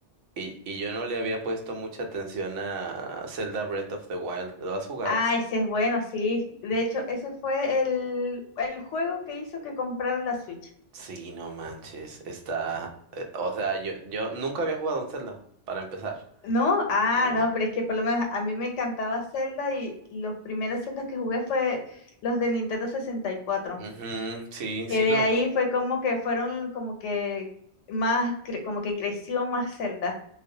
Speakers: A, on the right; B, on the left.
A: y, y yo no le había puesto mucha atención a Zelda Breath of the Wild. ¿Lo has jugado?
B: Ah, ese es bueno, sí. De hecho, ese fue el, el juego que hizo que comprar la Switch.
A: Sí, no manches, está, eh, o sea, yo, yo nunca había jugado un Zelda, para empezar.
B: ¿No? Ah,
A: No.
B: no, pero es que por lo menos a mí me encantaba Zelda y los primeros Zeldas que jugué fue los de Nintendo sesenta y cuatro,
A: Ujú, sí,
B: Que
A: sí
B: de
A: lo,
B: ahí fue como que fueron como que más, cre- como que creció más Zelda.